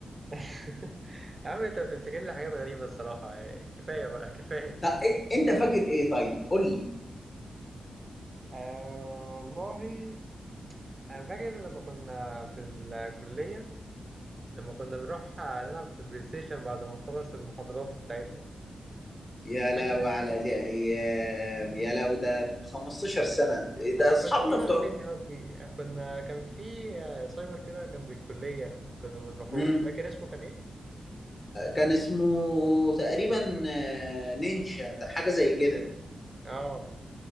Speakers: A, on the right; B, on the left.
A: <laughs> يا عم انت بتفتكر لي حاجات غريبه الصراحه يعني كفايه بقى كفايه
B: طب إيه- انت فاكر ايه طيب قول لي
A: آه والله انا فاكر لما كنا في الكليه لما كنا بنروح نلعب في البلاي ستيشن بعد ما نخلص المحاضرات بتاعتنا
B: يا لو
A: فاكر انت
B: على دي ايام يا لو ده من 15 سنه ده
A: احنا
B: اصحابنا
A: كنا بنلعب
B: بتوع
A: فين يا ربي إحنا كنا كان في آه، سايبر كده جنب الكلية كنا بنروحوه
B: مم.
A: فاكر اسمه كان ايه
B: كان اسمه تقريبا آه، نينجا حاجه زي كده
A: اه